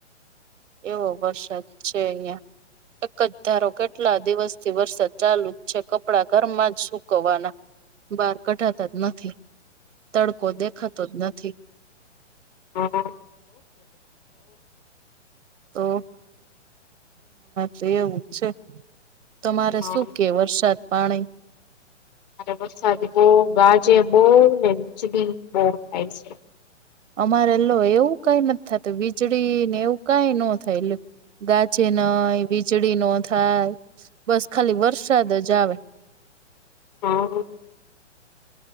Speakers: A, on the right (about 80°); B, on the left (about 35°).
A: એવો વરસાદ છે, અહિયાં એક ધારો કેટલા દિવસ થી વરસાદ ચાલુ જ છે, કપડાં ઘરમાં જ સુકવવાના બહાર કઢાતા જ નથી, તડકો દેખાતો જ નથી
B: હા
A: તો તે એવુજ છે તમારે
B: મારે
A: શું કેવ વરસાદ પાણી
B: અ વરસાદ બો ગાજે બો ને વીજળી બો થાય છે.
A: અમારે લો એવું કઈ નથી, થતું વીજળી ને એવું કઈ ન થાય એલે ગાજે નય વીજળી નો થાય બસ ખાલી વરસાદ જ આવે
B: હા